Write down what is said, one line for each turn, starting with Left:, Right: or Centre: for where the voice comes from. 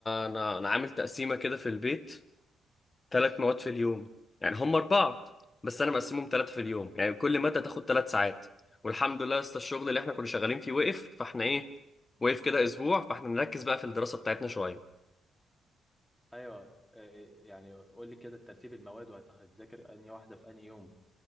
Left: انا انا عامل تقسيمه كده في البيت ثلاث مواد في اليوم يعني هم اربعه بس انا مقسمهم ثلاثه في اليوم يعني كل ماده تاخد ثلاث ساعات والحمد لله لسه الشغل اللي احنا كنا شغالين فيه وقف فاحنا ايه وقف كده اسبوع فاحنا نركز بقى في الدراسه بتاعتنا شويه
Centre: ايوه آه، آه، يعني قول لي كده ترتيب المواد وهتذاكر انهي واحدة في انهي يوم